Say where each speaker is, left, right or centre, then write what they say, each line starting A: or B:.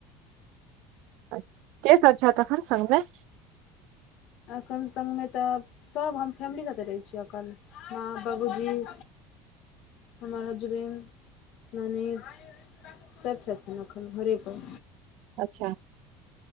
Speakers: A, on the right; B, on the left.
A: अच्छा, के सभ छै तखन संगमे
B: एखन संगमे तऽ आब। सभ हम फैमिली लेके रहै छिये, अखन माँ बाबूजी। हमर हसबैणड ननीत। सभ छथिन एखन घरे पर।
A: अच्छा।